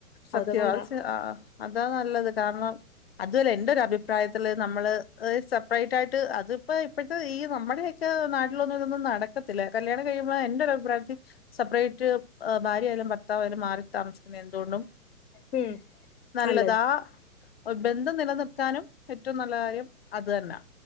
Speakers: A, on the left; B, on the left.
A: സത്യവാ
B: അതൊക്കെ കൊണ്ടാ
A: ആഹ് അതാ നല്ലത് കാരണം. അതുല്ല എന്റെ ഒരു അഭിപ്രായത്തില് നമ്മള് സെപ്പറേറ്റ് ആയിട്ട് അതിപ്പോ ഇപ്പോഴത്തെ ഈ നമ്മുടെ. മറ്റ് നാട്ടിലൊന്നും ഇതൊന്നും നടക്കത്തില്ല കല്യാണം കഴിയുമ്പോൾ എന്റെ ഒരു അഭിപ്രായത്തിൽ. സെപ്പറേറ്റ് ഭാര്യ ആയാലും ഭർത്താവായാലും മാറി താമസിക്കുന്നത് എന്തുകൊണ്ടും.
B: ഉം.
A: നല്ലതാ
B: നല്ലത്
A: ബന്ധം നിലനിർത്താനും ഏറ്റവും നല്ല കാര്യം അത് തന്നെയാ.